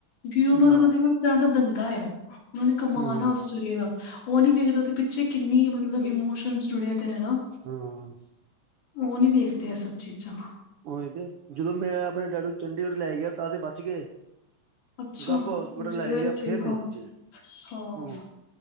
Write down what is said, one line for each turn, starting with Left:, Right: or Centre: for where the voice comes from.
Left: ਕਿਉ ਉਹਨਾਂ
Right: ਨਾ
Left: ਦਾ ਤਾਂ ਦੇਖੋ ਇੱਕ ਤਰ੍ਹਾਂ ਦਾ ਦੰਦਾ ਹੈ ਉਹਨਾਂ ਨੇ ਕਮਾਣ
Right: ਹੂੰ
Left: ਨਾ ਉਸ ਜ਼ਰੀਏ ਦਾ ਉਹ ਨੀ ਵੇਖਦੇ ਉਦੇ ਪਿੱਛੇ ਕਿੰਨੀ ਮਤਲਬ ਇਮੋਸ਼ਨ ਜੁੜਿਆ ਤੇ ਹੈਾ।
Right: ਹਾਂ।
Left: ਉਹ ਨੀ ਵੇਖਦੇ ਆ ਸਭ ਚੀਜ਼ਾਂ।
Right: ਉਹੀ ਤੇ ਜਦੋਂ ਮੈਂ ਆਪਣੇ ਡੈਡੀ ਚੰਡੀਗੜ੍ਹ ਲੈ ਗਿਆ ਤਾਂ ਤੇ ਬੱਚ ਗਏ।
Left: ਅੱਛਾ
Right: ਗੱਪ ਹੋਸਪਿਟਲ
Left: ਵੀ ਜਦੋਂ
Right: ਲੈ
Left: ਇਥੇ
Right: ਗਿਆ ਫੇਰ ਨੀ
Left: ਹਾਂ
Right: ਬੱਚੇ
Left: ਹਾਂ।
Right: ਹੂੰ